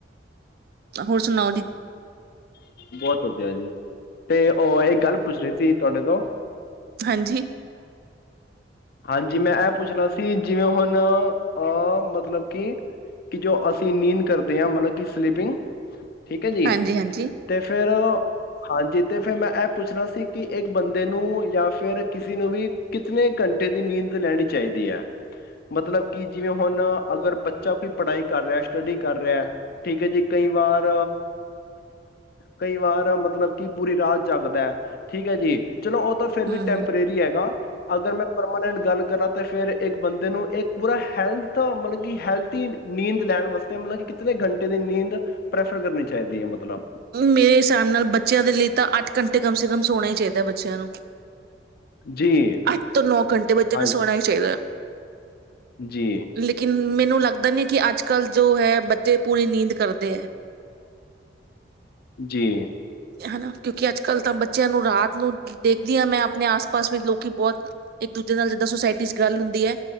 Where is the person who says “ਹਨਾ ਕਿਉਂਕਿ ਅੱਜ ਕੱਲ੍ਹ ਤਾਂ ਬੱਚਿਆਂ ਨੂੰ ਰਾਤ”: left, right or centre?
Right